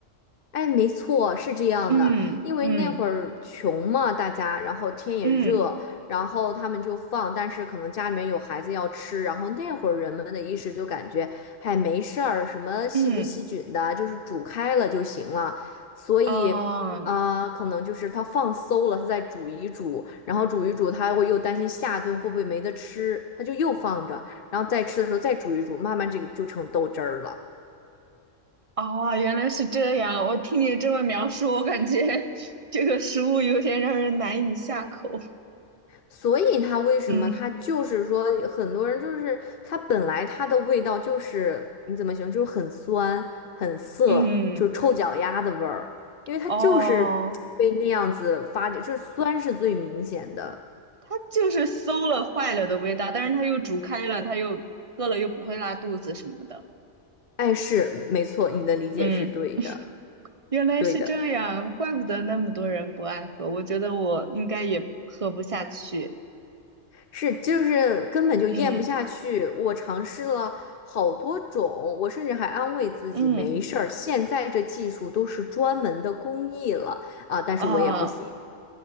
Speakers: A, on the left; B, on the right.
A: 哎，没错，是这样的，
B: 嗯嗯
A: 因为那会儿穷嘛，大家，然后天也热，
B: 嗯
A: 然后他们就放，但是可能家里面有孩子要吃，然后那会儿人们的意识就感觉，嗨，没事儿，什么细不细菌的，
B: 嗯，
A: 就是煮开了就行了，所以，
B: 哦
A: 啊、可能就是他放馊了，他再煮一煮，然后煮一煮，他会又担心下顿会不会没得吃，他就又放着，然后再吃的时候再煮一煮，慢慢这个就成豆汁儿了。
B: 哦，原来是这样。我听你这么描述，我感觉这个食物有点让人难以下口。
A: 所以它为什么它就是说很多人就是它本来它的味道就是你怎么形容，
B: 嗯
A: 就是很酸很涩，
B: 嗯，
A: 就是臭脚丫的味儿，因为它就是被那样子发酵，
B: 哦。
A: 就是酸是最明显的。
B: 它就是馊了坏了的味道，但是它又煮开了，它又喝了又不会拉肚子什么的。
A: 哎，是没错，你的理解是对的，
B: 嗯，原来是这样，
A: 对的，
B: 怪不得那么多人不爱喝。我觉得我应该也喝不下去。
A: 是就是根本就咽不下去。
B: 嗯
A: 我尝试了好多种，我甚至还安慰自己没事儿，
B: 嗯，
A: 现在这技术都是专门的工艺了啊，但是我也不行。
B: 哦，